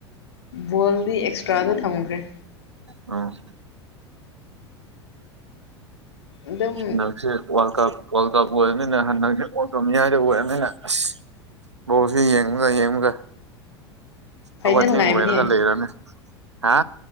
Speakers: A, on the left; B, on the right.
A: ꯕꯣꯜꯗꯤ ꯑꯦꯛꯁꯇ꯭ꯔꯥꯗ ꯊꯝꯈ꯭ꯔꯦ
B: ꯎꯝ
A: ꯑꯗꯨꯝ
B: ꯍꯟꯗꯛꯁꯦ ꯋꯥꯔꯜ ꯀꯞ ꯋꯥꯔꯜ ꯀꯞ ꯑꯣꯏꯔꯕꯃꯤꯅ ꯍꯟꯗꯛꯁꯦ ꯑꯣꯇꯣꯃꯤꯌꯥꯗ ꯑꯣꯏꯔꯕꯅꯤꯅ ꯑꯁ ꯕꯣꯜꯁꯤ ꯌꯦꯡꯕꯒ ꯌꯦꯡꯕꯒ
A: ꯐꯥꯏꯅꯦꯜ
B: ꯍꯧꯒꯠ ꯊꯦꯡ
A: ꯉꯥꯏꯕꯅꯦ
B: ꯑꯣꯏꯔꯒꯥ ꯂꯩꯔꯕꯅꯤ ꯍꯥ